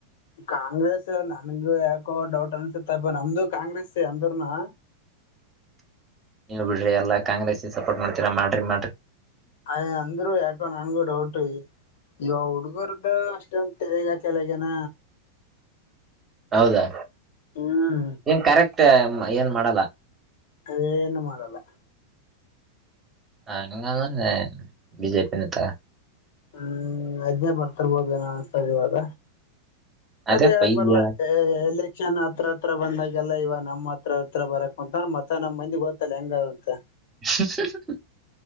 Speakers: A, on the left; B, on the right.
A: ಕಾಂಗ್ರೆಸ್ ನನ್ಗು ಯಾಕೋ ಡೌಟ್ ಅನ್ಸುತ್ತಪ್ಪ ನಮ್ದು ಕಾಂಗ್ರೆಸ್ಸ ಎಂದ್ರನು
B: ನೀವು ಬಿಡ್ರಿ ಎಲ್ಲಾ ಕಾಂಗ್ರೆಸ್ ಸಪೋರ್ಟ್ ಮಾಡ್ತೀರಾ ಮಾಡ್ರಿ ಮಾಡ್ರಿ
A: ಆಯ ಅಂದರೂ ಯಏಕ ನನಗು ಡೌಟ್ ಇವ ಹುಡ್ಗರದ್ದ ಅಷ್ಟೊಂದು ತೆೇಗ ಕೆಳಗನ
B: ಹೌದಾ
A: ಹಾ
B: ಏನ್ ಕರೆಕ್ಟ್ ಏನ್ ಮಾಡಲ್ಲ
A: ಅದೇಏನು ಮಾಡಲ್ಲ
B: ಹಂಗದೆ ಬಿಜೆಪಿ ತಾ
A: ಹ್ಮ್ ಅದೇ ಬರ್ತಿರ್ಬೋದೇನೋ ಅನ್ಸತದೆ ಇವಾಗ
B: ಅದೇಪ್ಪ
A: ಅದೇ ಹೇಳಕ್
B: ಈಗ
A: ಬರ್ಲ್ಲ ಅಷ್ಟೇ ಎಲೆಕ್ಷನ್ ಹತ್ರ ಹತ್ರ ಬಂದಾಗೆಲ್ಲ ಇವ ನಮ್ಮ್ ಹತ್ರ ಹತ್ರ ಬರಕ್ ಅಂತಂದ್ರ ಮತ್ತೆ ನಮ್ಮ್ ಮಂದಿ ಗೊತ್ತ ಸಲೆಂಡರ್ ಅವತಾ
B: <unintelligible>